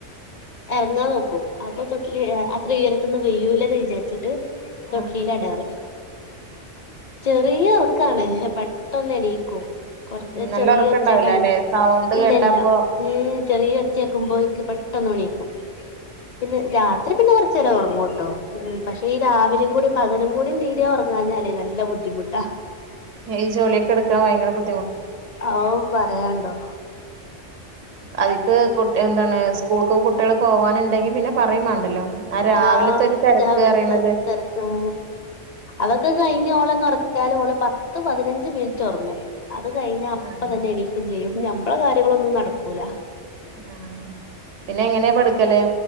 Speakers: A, on the left; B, on the right.
A: ഇറങ്ങാ നോക്കും അപ്പൊ തൊട്ടില് അത്ര ഉയരത്തൊന്നന്ന് വെയ്യൂല്ലന്ന് വിചാരിച്ചിട്ട് തൊട്ടലിയില
B: ഉം
A: അടാറ് ചെറിയ ഉറക്കാണ് പെട്ടന്ന്ടി കൊറച്ച്
B: നല്ല
A: ചെറിയ
B: ഉറക്കണ്ടാവൂല
A: ഒച്ചായിട്ടാ മതി
B: ല്ലെ സൗണ്ട്
A: ഇല്ല
B: കേട്ടാപ്പൊ
A: ഇല്ല ഉ ചെറിയ ഒച്ചയക്കുമ്പോ പെട്ടന്ന് എണീക്കും പിന്നെ രാത്രി പിന്നെ കൊറച്ച നേരം ഉറങ്ങട്ടോ ഉ പക്ഷെ ഈ രാവിലും കൂടി പകലും കൂടിയും തീരെ ഉറങ്ങാഞ്ഞാല്േ നല്ല ബുദ്ധിമുട്ടാ
B: ഈ ജോല്യോക്കെ എടുക്കാൻ ഭയങ്കര ബു
A: ഓഹ് പറയാണ്ടോ.
B: അതിക്ക് കു എന്താണ് സ്കൂൾക്ക് കുട്ടികൾ പോവാനുണ്ടെങ്കി പിന്നെ പറയും മാണ്ടല്ലോ. ആ രാവിലത്തെ
A: ആഹ്
B: ഒരു തിരക്ക്
A: രാവ്ൽതെ
B: അറിയണത്
A: തിരക്കും അതൊക്കെ കഴിഞ്ഞ ഓളന്നൊർ ക്ക്യാല് ഓള് പത്ത് പതിനഞ്ച് മിനിറ്റ് ഒറങ്ങും. അത് കഴിഞ്ഞ അപ്പ
B: ആഹ്
A: തന്നെ എനിക്കും ചെയ്യും. ഞമ്മള കാര്യങ്ങളൊന്നും നടക്കൂല
B: ആഹ് പിന്നെങ്ങനാ പടുക്കല്ലേ